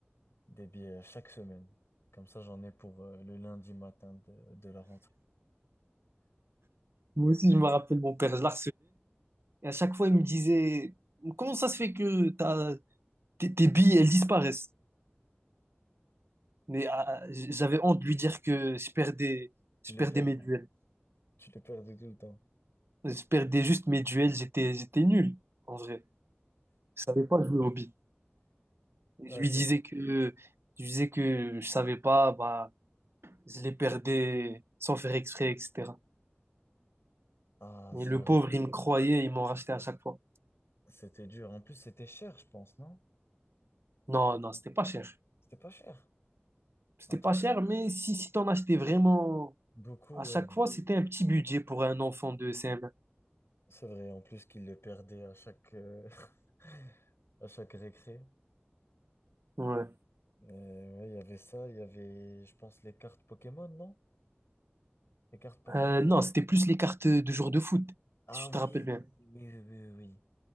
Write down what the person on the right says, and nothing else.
Moi aussi, je me rappelle, mon père, je la Et à chaque fois, il me disait, comment ça se fait que t'as- tes, tes billes, elles disparaissent? Mais ah, j'avais honte de lui dire que je perdais,
je
perdais
mes duels.
Je perdais juste mes duels, j'étais, j'étais nul, en vrai. Je savais pas jouer aux billes. Et
je lui
disais
que, je lui disais que je savais pas, bah, je les perdais sans faire exprès, etc.
Et le
pauvre,
il me croyait, il m'en rachetait à chaque fois.
Non, non, c'était pas cher.
C'était
pas
cher, mais si, si t'en achetais vraiment
à chaque
fois, c'était un petit budget pour un enfant de cm
Ouais.
Euh, non, c'était plus les cartes de jour de foot,
si je
te rappelle bien.